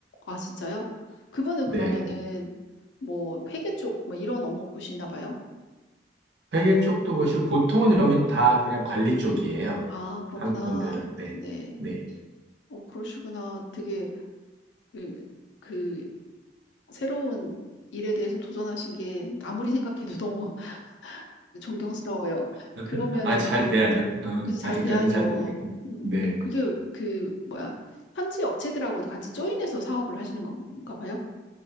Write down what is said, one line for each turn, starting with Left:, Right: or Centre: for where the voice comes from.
Left: 아, 진짜요? 그분은 그러면은
Right: 네.
Left: 뭐 회계 쪽 뭐 이런 업무 보시나 봐요?
Right: 회계 쪽도 보시고 보통은 여긴 다 그냥 관리 쪽이에요.
Left: 아, 그렇구나.
Right: 한국 분들은 네,
Left: 네.
Right: 네.
Left: 어, 그러시구나. 되게 그그 새로운 일에 대해서 도전하신 게 아무리 생각해도 너무 <laughs> 존경스러워요.
Right: <laughs>
Left: 그러면은
Right: 아, 잘
Left: 그-
Right: 돼야죠. 어,
Left: 그래서 잘
Right: 아직까지는
Left: 돼야죠.
Right: 잘 모르겠고.
Left: 음,
Right: 네.
Left: 그게 그 뭐야 현지 업체들하고도 같이 조인해서 사업을 하시는 건가 봐요.